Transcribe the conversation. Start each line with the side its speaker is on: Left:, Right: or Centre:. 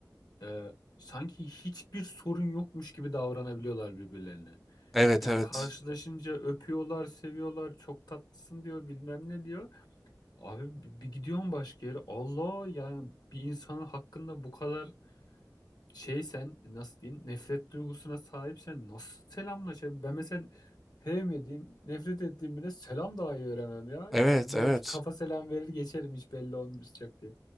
Left: Ee, sanki hiçbir sorun yokmuş gibi davranabiliyorlar birbirlerine.
Centre: Evet
Left: Yani
Centre: evet.
Left: karşılaşınca öpüyorlar, seviyorlar, çok tatlısın diyor, bilmem ne diyor. Abi bir, bir gidiyorsun başka yere. Allah yani bir insanın hakkında bu kadar şey sen nasıl diyeyim nefret duygusuna sahipsen nasıl selamlaşabilir? Ben mesela sevmediğim, nefret ettiğim birine selam dahi veremem ya.
Centre: Evet
Left: Yani belki
Centre: evet.
Left: kafa selam verir geçerim hiç belli olmayacak diye.